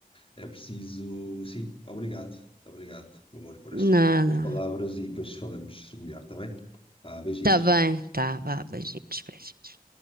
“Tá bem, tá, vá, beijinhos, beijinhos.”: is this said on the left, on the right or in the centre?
Right